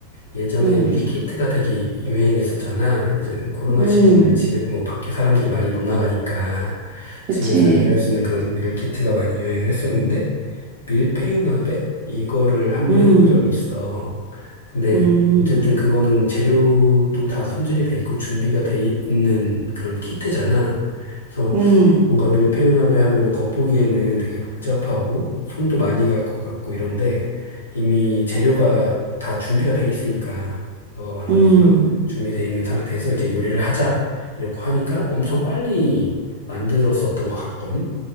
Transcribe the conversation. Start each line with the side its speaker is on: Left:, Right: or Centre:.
Left: 예전에
Right: 음,
Left: 밀키트가 되게 유행했었잖아. 이제 코로나
Right: 음,
Left: 시즌에 집에, 뭐, 밖에 사람들이 많이 못 나가니까
Right: 그치.
Left: 집에서 요리할 수 있는 그런 밀키트가 많이 유행을 했었는데, 밀푀유나베? 이거를 한번
Right: 음,
Left: 해본 적이 있어. 근데
Right: 음.
Left: 어쨌든 그거는 재료도 다 손질이 돼 있고 준비가 돼 있는 그런 키트잖아. 그래서
Right: 음,
Left: 뭔가 밀폐융합에 하면은 겉보기에는 되게 복잡하고 손도 많이 갈 것 같고 이런데 이미 재료가 다 준비가 돼 있으니까 너가 말한
Right: 음,
Left: 것처럼 준비돼 있는 상태에서 이제 요리를 하자 이렇게 하니까 엄청 빨리 만들었었던 것 같거든.